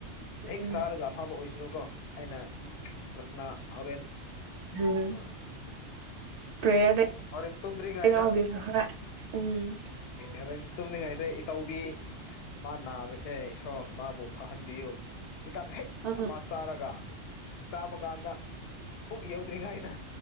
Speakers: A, on the right; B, on the left.
A: ꯎꯝ
B: ꯍꯦꯛ ꯁꯥꯔꯒ ꯑꯐꯕ ꯑꯣꯏꯁꯅꯨꯀꯣ ꯑꯩꯅ ꯔꯁꯅꯥ ꯍꯥꯎꯣꯔꯦꯟ
A: ꯎꯝ
B: ꯑꯥ
A: ꯄ꯭ꯔꯦꯌꯔꯗ
B: ꯑꯔꯤꯟ ꯇꯟꯔꯤ ꯍꯥꯏꯗ
A: ꯌꯥꯎꯕꯤꯈ꯭ꯔꯣ ꯈꯔ ꯎꯝ
B: ꯌꯥꯔ ꯇꯨꯝꯅꯤꯡꯉꯩꯗ ꯏꯇꯧꯕꯤ ꯃꯥ ꯅꯥꯕꯁꯦ ꯏꯁꯣꯔ ꯃꯥꯕꯨ ꯐꯍꯟꯕꯤꯌꯨ ꯍꯤꯗꯥꯛ ꯍꯦꯛ
A: ꯎꯝ
B: ꯑꯃ ꯆꯥꯔꯒ ꯆꯥꯄ ꯀꯥꯟꯗ ꯄꯨꯛ ꯌꯧꯗ꯭ꯔꯤꯉꯥꯏꯗ